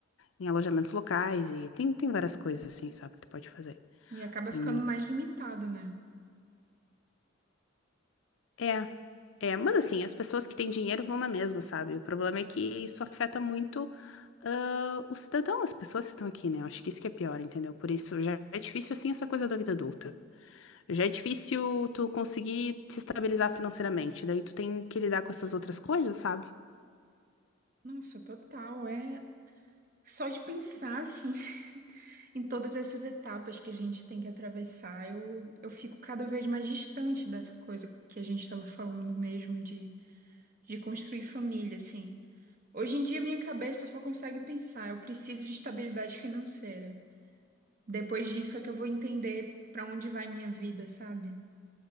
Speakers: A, on the left (about 75°); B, on the right (about 45°).
A: em alojamentos locais, e tem, tem várias coisas assim, sabe, que tu pode fazer.
B: E acaba
A: Hum,
B: ficando mais limitado, né?
A: É, É, mas assim, as pessoas que têm dinheiro vão na mesma, sabe? O problema é que isso afeta muito ah, o cidadão, as pessoas que estão aqui, né? Eu acho que isso que é pior, entendeu? Por isso já é difícil assim essa coisa da vida adulta. Já é difícil tu conseguir se estabilizar financeiramente, daí tu tem que lidar com essas outras coisas, sabe?
B: Nossa, total. É só de pensar, assim, <laughs> em todas essas etapas que a gente tem que atravessar, eu, eu fico cada vez mais distante dessa coisa que a gente estava falando mesmo de de construir família, assim. Hoje em dia, minha cabeça só consegue pensar, eu preciso de estabilidade financeira. Depois disso é que eu vou entender pra onde vai minha vida, sabe?